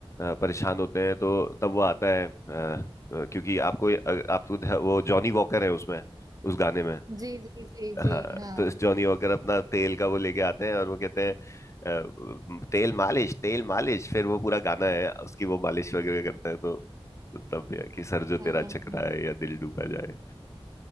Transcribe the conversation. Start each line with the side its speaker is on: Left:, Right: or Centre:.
Left: अ, परेशान होते हैं तो तब वो आता है अ, अ, क्योंकि आपको अ, आपको ध- वो जॉनी वॉकर है उसमें उस गाने में
Right: जी जी जी जी
Left: हाँ
Right: हाँ
Left: तो इस जॉनी वॉकर अपना तेल का वो लेके आते हैं और वो कहते हैं अ, तेल मालिश तेल मालिश फिर वो पूरा गाना है उसकी वो मालिश वगैरह करते हैं तो तब ये है कि सर जो तेरा
Right: हाँ हाँ।
Left: चकरा
Right: हाँ।
Left: है या दिल डूबा जाए